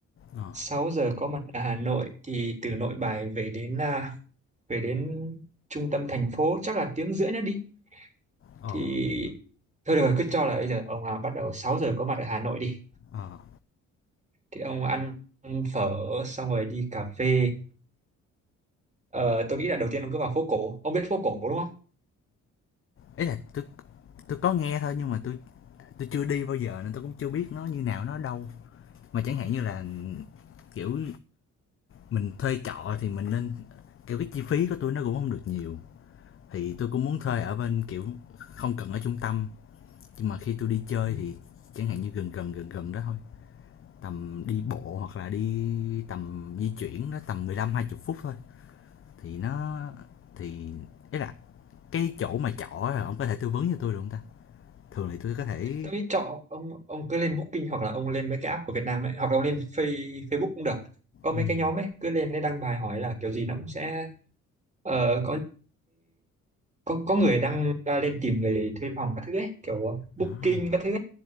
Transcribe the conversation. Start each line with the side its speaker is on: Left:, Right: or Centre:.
Left: Ờ.
Right: 6 giờ có mặt ở Hà Nội thì từ Nội Bài về đến à, về đến trung tâm thành phố chắc là tiếng rưỡi nữa đi.
Left: Ờ.
Right: Thì thôi được rồi, cứ cho là bây giờ ông à, bắt đầu 6 giờ có mặt ở Hà Nội đi.
Left: Ờ,
Right: thì ông ăn phở xong rồi đi cà phê ờ, tôi nghĩ là đầu tiên ông cứ vào phố cổ ông biết phố cổ đúng không
Left: ý là tôi tôi có nghe thôi nhưng mà tôi tôi chưa đi bao giờ nên tôi cũng chưa biết nó như nào, nó ở đâu. Mà chẳng hạn như là, kiểu, mình thuê trọ thì mình nên kiểu, cái chi phí của tôi nó cũng không được nhiều, thì tôi cũng muốn thuê ở bên, kiểu, không cần ở trung tâm, nhưng mà khi tôi đi chơi
Right: Ừ.
Left: thì chẳng hạn như gần gần, gần gần đó thôi, tầm đi bộ hoặc là đi tầm di chuyển nó tầm mười lăm hai 20 phút thôi, thì nó thì ý là cái chỗ mà trọ là ổng có thể tư vấn cho tôi được hông ta? Thường thì tôi có thể
Right: tôi nghĩ chọn ông ông cứ lên Booking hoặc là ông lên mấy cái app của Việt Nam ấy hoặc là ông lên Face, Facebook cũng được có mấy
Left: Ừm,
Right: cái nhóm ấy cứ lên đấy đăng bài hỏi là kiểu gì nó cũng sẽ ờ, có có có người đăng ra lên tìm người thuê phòng các thứ ấy kiểu Booking
Left: à,
Right: các thứ ấy